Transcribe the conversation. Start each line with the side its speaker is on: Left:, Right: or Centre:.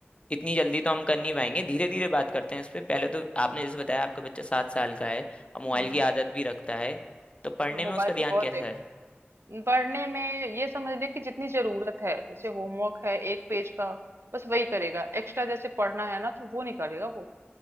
Left: इतनी जल्दी तो हम कर नहीं पाएंगे धीरे धीरे बात करते हैं इस पे पहले तो आपने जैसे बताया आपका बच्चा सात साल का है और मोबाइल
Right: हम्म
Left: की आदत भी रखता है तो पढ़ने
Right: मोबाइल
Left: में उसका ध्यान
Right: तो बहुत
Left: कैसा
Right: देख
Left: है
Right: पढ़ने में ये समझ ले कि जितनी जरूरत है जैसे होमवर्क है एक पेज का बस वही करेगा एक्स्ट्रा जैसे पढ़ना है ना तो वो नहीं करेगा वो